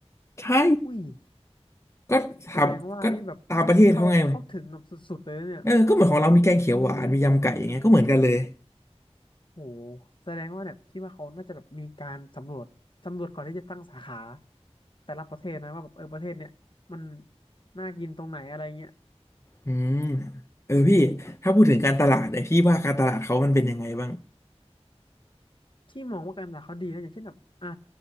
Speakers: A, on the left; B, on the left.
A: ใช่
B: อุ้ย
A: ก็ทำก็ตามประเทศเขาไง
B: แสดงว่านี่แบบเข้าเข้าถึงแบบสุดๆเลยนะเนี่ย
A: เออก็เหมือนของเรามีแกงเขียวหวานมียำไก่อย่างเงี้ยก็เหมือนกันเลย
B: เออโหแสดงว่าเนี่ยพี่ว่าเขาน่าจะแบบมีการสำรวจสำรวจก่อนที่จะตั้งสาขาแต่ละประเทศนะว่าแบบเออประเทศเนี่ยมันน่ากินตรงไหนอะไรเงี้ย
A: อืมเออพี่ถ้าพูดถึงการตลาดเนี่ยพี่ว่าการตลาดเขามันเป็นยังไงบ้าง
B: ที่มองว่าการศึกษาเขาดีนะอย่างเช่นแบบอ่ะ